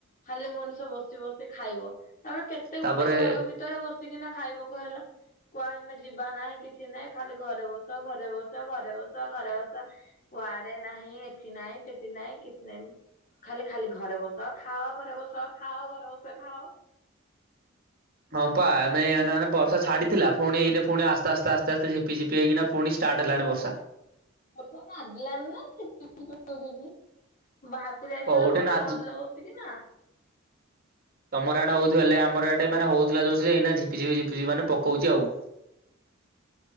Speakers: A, on the left (about 40°); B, on the right (about 45°).
A: ଖାଲି ମଣିଷ ବସି ବସି ଖାଇବ ନହେଲେ କେ ତେ
B: ତାପରେ
A: ଗୋଟେ ଘର ଭିତରେ ବସିକିନା ଖାଇବ କହିଲ କୁଆଡେ ମେଡି ଯିବା ନାହିଁ କିଛି ନାଇଁ। ଖାଲି ଘରେ ବସ ଘରେ ବସ ଘରେ ବସ ଘରେ ବସ। କୁଆଡେ ନାହିଁ ଏଠି ନାହିଁ ସେଠି ନାହିଁ କିଛି ନାହିଁ। ଖାଲି ଖାଲି ଘରେ ବସ ଖାଅ ଘରେ ବସ ଖାଅ ଘରେ ବସ ଖାଅ।
B: ହଁ ପା ଆମେ ଏନା ନା ବର୍ଷ ଛାଡିଥିଲା ପୁଣି ଏଇନେ ପୁଣି ଆସ୍ତେ ଆସ୍ତେ ଆସ୍ତେ ଆସ୍ତେ ଝିପିଝପି ହେଇକିନା ପୁଣି ଷ୍ଟାର୍ଟ ହେଲାଣି ବର୍ଷା।
A: ବର୍ଷା ନାଦିଲାଣି ନା <unintelligible> ବାହାରକୁ ଯାଇଥିଲେ
B: କୋଉଠି
A: ବର୍ଷା
B: ନାଦୁ
A: ହୋଉଥିଲା କ ସିକିନା।
B: ତମର ଆଡେ ହୋଉଚି ବୋଲି। ଆମର ଏଠି ମାନେ ହୋଉଥିଲା ଯୋରସେ ଯେ ଏଇନା ଝିପି ଝିପି ଝିପି ମାନେ ପକୋଉଚି ଆଉ।